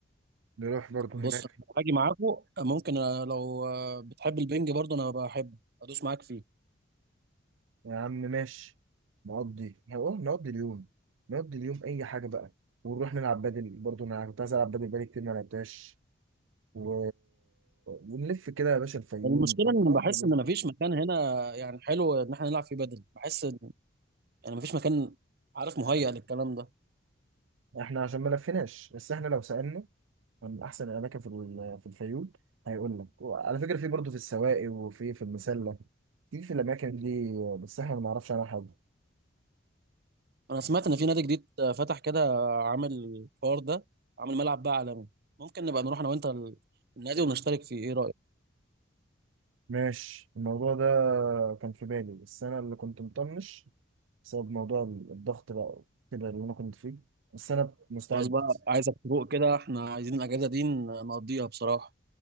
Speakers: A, on the right; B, on the right.
A: نروح برضه
B: بص
A: هناك
B: أنا هاجي معاكم ممكن أنا لو آه، بتحب البنج برضه انا بحبه ادوس معاك فيه
A: يا عم ماشي نقضي هو نقضي اليوم نقضي اليوم اي حاجه بقى ونروح نلعب بدل برضه انا كنت عايز العب بدل بقالي كتير ما لعبتهاش و... ونلف كده يا باشا الفيوم
B: المشكله ان
A: نقضي
B: بحس
A: اليوم
B: ان مفيش مكان هنا يعني حلو ان احنا نلعب فيه بدل بحس يعني مفيش مكان عارف مهيأ للكلام ده
A: احنا عشان ما لفيناش بس احنا لو سألنا من احسن الاماكن في ال- في الفيوم هيقول لك وعلى فكره في برضه في السواقي وفي في المسله في في الاماكن دي بس احنا ما نعرفش عنها حاجه
B: انا سمعت ان في نادي جديد آه، فتح كده آه، عامل الحوار ده عامل ملعب بقى عالمي ممكن نبقى نروح انا وانت ال- النادي ونشترك فيه ايه رأيك
A: ماشي الموضوع ده كان في بالي بس انا اللي كنت مطنش بسبب موضوع الضغط بقى كده اللي انا كنت فيه بس انا مستعد
B: خلاص بقى عايزك تروق كده احنا عايزين الاجازة دي ن- نقضيها بصراحة